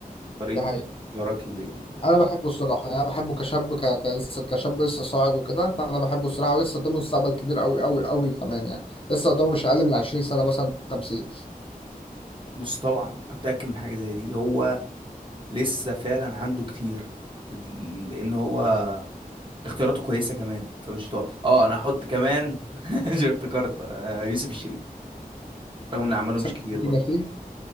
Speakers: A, on the right; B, on the left.
A: طريقة
B: ده حقيقي
A: اختيارك لل
B: انا بحبه الصراحه انا بحبه كشاب ك... ك- لسه- كشاب لسه صاعد وكده فانا بحبه الصراحه ولسه قدامه مستقبل كبير قوي قوي قوي كمان يعني لسه قدامه مش اقل من 20 سنه مثلا تمثيل
A: بص طبعا أنا متأكد من حاجة زي دي هو لسه فعلا عنده كتير لأن هو اختياراته كويسه كمان فمش هتوقع اه انا هحط كمان <laughs> شفت افتكرت آه، يوسف الشريف رغم ان اعماله
B: صدق
A: مش كتير برضه
B: كده فيه